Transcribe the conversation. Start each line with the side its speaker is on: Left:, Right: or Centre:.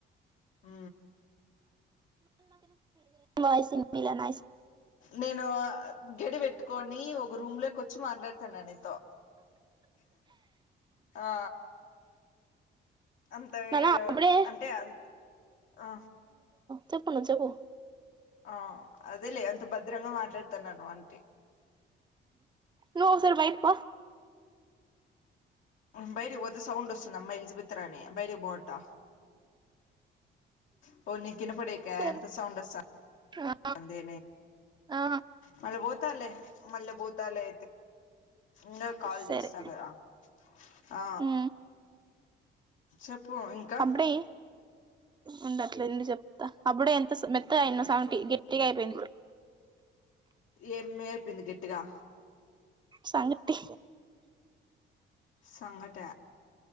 Left: ఆ
Right: వాయిస్ వినిపియాల
Left: నేను గెడి పెట్టుకొని ఒక రూమ్ లోకి వచ్చి మాట్లాడతాను నీతో ఆ అంత
Right: నానా అప్పుడే
Left: అంటే అ ఆ
Right: చెప్పు నువ్వు చెప్పు
Left: ఆ అదేలే అంత భద్రంగా మాట్లాడుతన్నాను అంటి
Right: నువ్వు ఒకసారి బయట పో
Left: ఉ బయట పోతే సౌండ్ వస్తుంది అమ్మ ఎలిజిబెత్ రాణి బయట పో త పో నీకు వినపడేకా
Right: సరే
Left: అంత సౌండ్ వస్తాంది
Right: ఆ, ఆ,
Left: మళ బ తలే మల్ల పోతాలే ఇంగా కాల్
Right: సరే
Left: చేస్తా కదా ఆ
Right: ఉ
Left: చెప్పు ఇంకా
Right: అప్పుడే ఉండ అట్లేందుడి చెప్తా అప్పుడే ఎంత మెత్త అయిన సాంగటి గట్టిగా అయిపోయింది
Left: ఏం అయిపోయింది గట్టిగా
Right: సంగటి
Left: సంగట